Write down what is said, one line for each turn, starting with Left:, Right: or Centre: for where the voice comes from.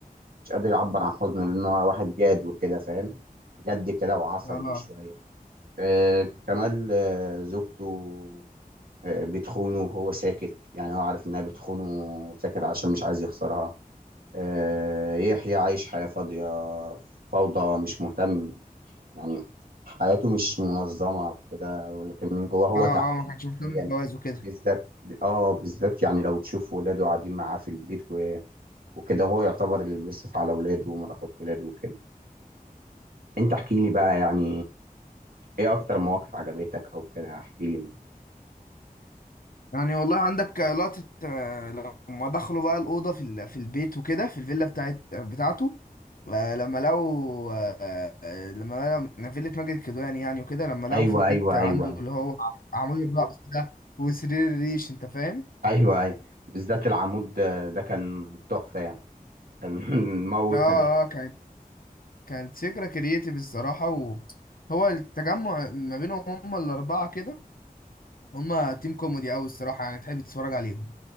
Right: مش قادر يعبر عن حزنه لأن هو واحد جاد وكده فاهم جد كده وعصبي
Left: اه
Right: شوية آه، كمال آه، زوجته آه، بتخونه وهو ساكت يعني هو عارف إنها بتخونه وساكت عشان مش عايز يخسرها آه، يحيى عايش حياة فاضية فوضى مش مهتم يعني حياته مش منظمة وكده ولكن من جواه هو
Left: اه
Right: تعبان
Left: اه ما كانش مهتم
Right: نفسياً.
Left: بالجواز وكده
Right: بالذات اه بالذات يعني لو تشوف ولاده قاعدين معاه في البيت و... وكده هو يعتبر اللي بيصرف على ولاده ومراتات ولاده وكده انت احكي لي بقى يعني ايه اكتر مواقف عجبتك او كده احكي لي
Left: يعني والله عندك لقطة آه، لما دخلوا بقى الأوضة في ال- في البيت وكده في الفيلا بتاعت بتاعته آه، لما لقوا آه، آه، لما لقوا فيلا ماجد الكدواني يعني وكده لما لقوا
Right: ايوه
Left: في البيت
Right: ايوه
Left: عنده
Right: ايوه
Left: اللي هو عمود الرأس ده وسرير الريش أنت فاهم؟
Right: ايوه ايوه بالذات العمود ده ده كان تحفة يعني كان <laughs> موت
Left: اه
Right: ندى
Left: اه كانت كانت فكرة كرييتيف الصراحة وهو التجمع ما بينهم هما الأربعة كده هما تيم كوميدي أوي الصراحة يعني تحب تتفرج عليهم